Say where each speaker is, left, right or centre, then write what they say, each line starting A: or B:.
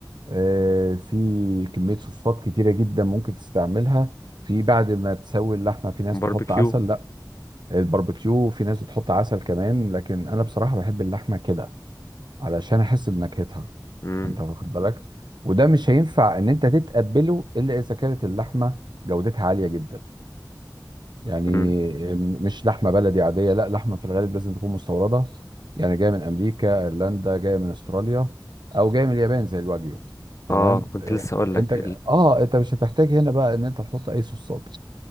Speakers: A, on the right; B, on the left.
A: آه، في كميه صوصات كتيره جدا ممكن تستعملها في بعد ما تسوي اللحمه في ناس
B: باربيكيو
A: تحط عسل لا الباربيكيو في ناس بتحط عسل كمان لكن انا بصراحه بحب اللحمه كده علشان احس بنكهتها
B: مم،
A: انت واخد بالك وده مش هينفع ان انت تتقبله الا اذا كانت اللحمه جودتها عاليه جدا يعني
B: مم.
A: م- مش لحمه بلدي عاديه لا لحمه في الغالب لازم تكون مستورده يعني جايه من امريكا ايرلندا جايه من استراليا او جايه من اليابان زي الواجيو تمام
B: اه كنت
A: إيه،
B: لسه اقول لك
A: انت اه انت مش هتحتاج هنا بقى ان انت تحط اي صوصات